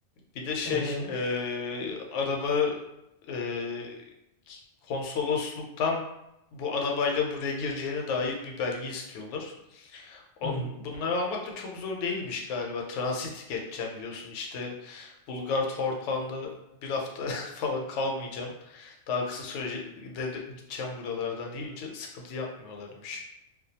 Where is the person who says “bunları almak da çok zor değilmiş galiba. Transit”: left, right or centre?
Left